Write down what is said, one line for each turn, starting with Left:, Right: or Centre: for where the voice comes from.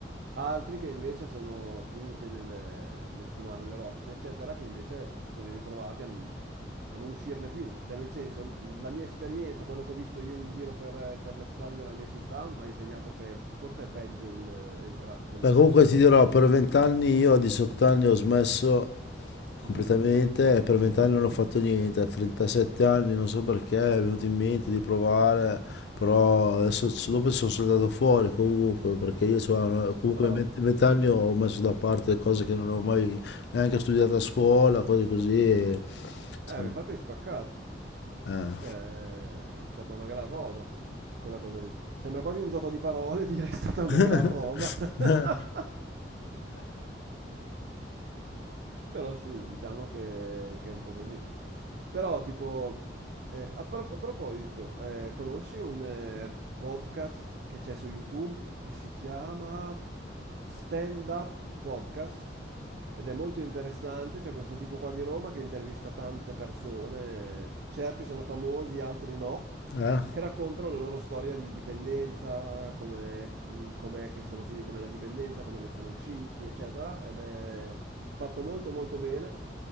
Right: Altri che invece sono finiti nel, nel fumare le rocce, eccetera, che invece si sono ritrovati a non, a non uscirne più. Cioè, nel senso, la mia esperienza, quello che ho visto io in giro per, per le strade della mia città, mi ha insegnato che forse è peggio il, il crack del...
Left: Beh, comunque ti dirò, per vent'anni io a 18 anni ho smesso completamente
Right: Mhm,
Left: e per vent'anni
Right: mhm.
Left: non ho fatto niente, a 37 anni non so perché mi è venuto in mente di provare, però adesso dopo sono saltato fuori comunque, perché io c'ho una- comunque
Right: Bravo.
Left: a 20 vent'anni ho messo da parte cose che non avevo mai neanche studiato a scuola, cose così. e-
Right: Eh,
Left: cioè,
Right: ma infatti è spaccato.
Left: eh.
Right: Cioè, è stata una gran roba quella cosa lì. Sembra quasi un gioco di parole dire è stata una
Left: <laughs>
Right: gran roba. <laughs> Però sì, diciamo che, che è un po' così. Però, tipo, eh, a, pro- a proposito, eh, conosci un eh, podcast che c'è su YouTube che si chiama Stand Up Podcast? Ed è molto interessante, c'è questo tipo qua di Roma che intervista tante persone, certi sono famosi, altri no,
Left: Eh?
Right: che raccontano la loro storia di dipendenza, com'è, mh, com'è che sono finiti nella dipendenza, come ne sono usciti, eccetera, ed è fatto molto molto bene.